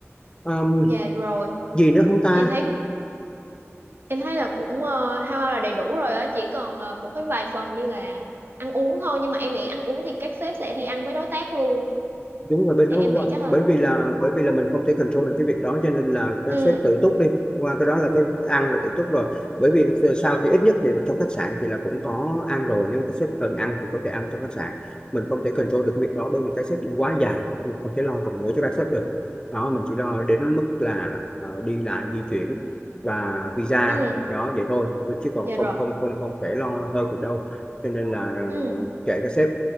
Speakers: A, on the left; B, on the right.
A: Ờm,
B: dạ rồi
A: gì nữa không ta
B: em thấy em thấy là cũng ờ, hao hao là đầy đủ rồi á chỉ còn ờ, một cái vài phần như là ăn uống thôi nhưng mà em nghĩ ăn uống thì các sếp sẽ đi ăn với đối tác luôn
A: đúng rồi bên
B: thì
A: đó
B: em
A: qua-
B: nghĩ chắc là
A: bởi
B: cũng
A: vì là
B: không
A: bởi vì là mình không thể control được cái việc đó cho nên là nó
B: ừ
A: sẽ tự túc đi qua cái đó là cái ăn là tự túc rồi bởi vì sao thì ít nhất thì trong khách sạn thì là cũng có ăn rồi nhưng mà cái sếp cần ăn thì có thể ăn trong khách sạn mình không thể control được cái việc đó bởi vì các sếp đi quá dài mình không thể lo từng buổi cho các sếp được đó mình chỉ lo đến mức là ờ, đi lại di chuyển và visa
B: ừ
A: đó vậy thôi chứ còn
B: dạ
A: không
B: rồi
A: không không không thể lo hơn được đâu cho nên là ờ,
B: ừ
A: kệ các sếp